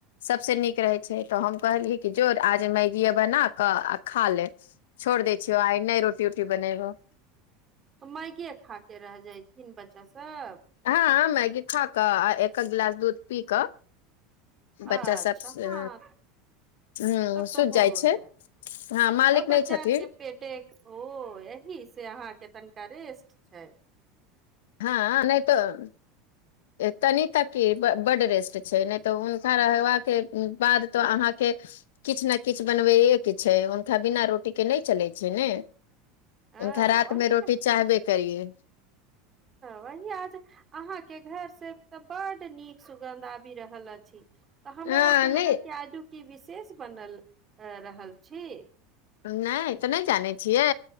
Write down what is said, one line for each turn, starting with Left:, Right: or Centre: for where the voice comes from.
Left: सभसे नीक रहै छै तऽ हम कहलियै कि जो आज मैगीये बना कऽ आ खा ले छोड़ दऽ छिय आ नहि रोटी उोटी बनेबो
Right: मैगिये खाके रह जयथिन बच्चा सभ
Left: हँ मैगी खा कऽ आ एखक गिलास दूध पीकऽ बच्चा
Right: अच्छा
Left: सभ ह
Right: हँ
Left: हा
Right: तब
Left: सुज
Right: तऽ हो
Left: जाइ छै
Right: जाय
Left: हँ मालिक
Right: अब
Left: नहि
Right: बच्चा
Left: छथि
Right: आर के पेटे ओ यह से अहाँकेँ तनिका रेस्ट छै
Left: हँ नहि तऽ। तनी तक कि बड़ रेस्ट छै नहि तऽ हुनका रहबाक के बाद तो अहाँकेँ किछु ने किछु बनबैए के छै हुनका बिना रोटी के नहि चलै छै ने।
Right: ह
Left: हनका रात
Right: वही
Left: मे रोटी चाहबे करियै
Right: वही आज अहाँकेँ घर से तऽ बड नीक सुगन्ध आबि रहल अछि तऽ
Left: हँ
Right: हमरा आर के
Left: नहि
Right: लगल क आजू कि विशेष बनल रहल छी
Left: नहि तऽ नहि जानै छियै।